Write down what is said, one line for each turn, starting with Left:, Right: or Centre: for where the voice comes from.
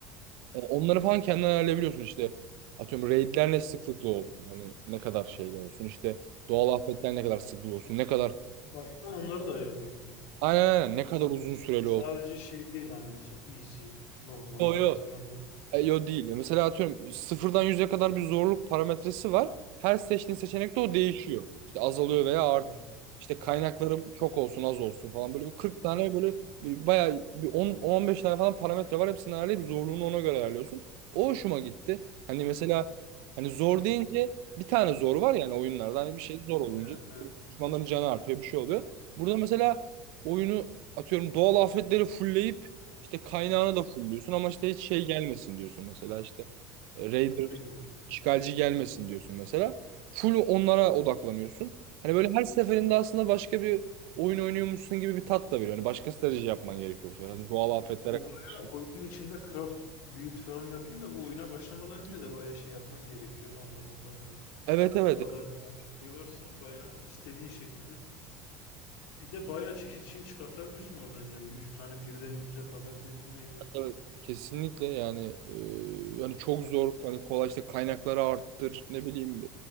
Right: E, onları falan kendin ayarlayabiliyorsun işte. Atıyorum raidler ne sıklıkla olsun. Hani ne kadar şeyle olsun. İşte doğal afetler ne kadar sıklıkla olsun. Ne kadar
Left: Baştan onları da ayarlıyorsun.
Right: aynen aynen ne kadar uzun süreli
Left: Sadece
Right: olsun.
Left: şey değil hani mesela easy, normal,
Right: Yo
Left: hard
Right: yo.
Left: falan değil.
Right: E, yo değil. Ya mesela atıyorum sıfırdan yüze kadar bir zorluk parametresi var. Her seçtiğin seçenekte o değişiyor. İşte azalıyor veya
Left: Anladım.
Right: artıyor. İşte kaynaklarım çok olsun az olsun falan böyle bir 40 tane böyle bir, bayağı bir 10-15 tane falan parametre var. Hepsini ayarlayıp zorluğunu ona göre ayarlıyorsun. O hoşuma gitti. Hani mesela hani zor deyince bir tane zor var yani oyunlarda. Hani bir şey zor olunca
Left: Evet evet.
Right: düşmanların canı artıyor bir şey oluyor. Burada mesela oyunu atıyorum doğal afetleri fullleyip işte kaynağını da fullliyorsun ama işte hiç şey gelmesin diyorsun mesela işte. E, Raider
Left: Raider.
Right: İşgalci gelmesin diyorsun mesela. Full onlara odaklanıyorsun. Hani böyle her seferinde aslında başka bir oyun oynuyormuşsun gibi bir tat da veriyor. Hani başka strateji yapman gerekiyor bu sefer. Hani doğal afetlere
Left: Bu
Right: karşı.
Left: bayağı oyunun içinde craft build falan yapıyor da bu oyuna başlamadan önce de bayağı şey yapman gerekiyor anladığım kadarıyla.
Right: Evet evet.
Left: O kadar şey varsa bayağı istediğin şekilde Bir de bayağı çeşit şey çıkartabiliyorsun oradan yani 100 tane birden 100'e kadar dediğine göre.
Right: Evet, kesinlikle yani e, yani çok zor hani kolay işte kaynakları arttır ne bileyim